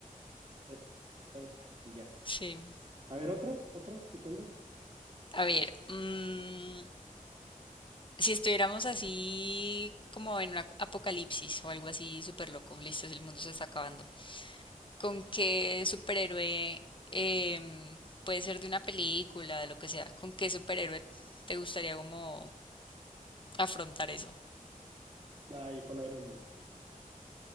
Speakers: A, on the right (about 45°); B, on the left (about 35°).
A: eso y ya.
B: Sí.
A: A ver, otra, otra que tengas.
B: A ver, mm, si estuviéramos así como en un apocalipsis o algo así súper loco, listo, el mundo se está acabando. ¿Con qué superhéroe, em, puede ser de una película, de lo que sea, con qué superhéroe te gustaría como afrontar eso?
A: Ay, con Iron Man.